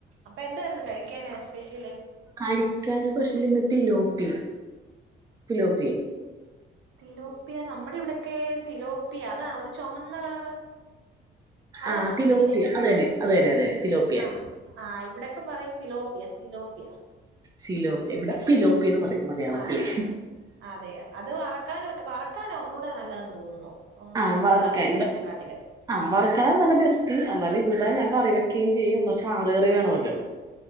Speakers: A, on the right; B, on the right.
A: അപ്പൊ എന്തായിരുന്നു കഴിക്കാന് സ്പെഷ്യല്
B: കഴിക്കാൻ സ്പെഷ്യൽ ഇന്ന് തിലോപ്പി തിലോപി
A: തിലോപ്പിയ നമ്മുടെ ഇവിടെ ഒക്കെ സിലോപ്പിയ അതാണോ ഒരു ചുമന്ന കളർ അതാണോ
B: ആ തിലോപ്പിയ
A: മീന്
B: അത് തന്നെ അത് തന്നെ അത് തന്നെ തിലോപ്പിയ
A: ആ ആ ഇവിടൊക്കെ പറയും സിലോപ്പിയ സിലോപ്പിയ
B: സിലോപ്പിയ ഇവിടെ തിലോപ്പി എന്ന് പറയും. മലയാളത്തില്
A: ആ അതെയോ അത് വറക്കാനൊ ക്കും വറ ക്കാനാ ഒന്നുകൂടെ നല്ലതെന്ന് തോന്നുന്നു
B: ആ
A: നമ്മള്
B: വറക്കാൻ
A: കറി വെക്കുന്നതിനെക്കാട്ടില്
B: ഇവിടെ ആ വറക്കാനാണ് ബെസ്റ്റ് എന്നാലും ഇവിടെ ഞ കറി വെക്കുകയും ചെയ്യും ചാറുകറി വേണമല്ലോ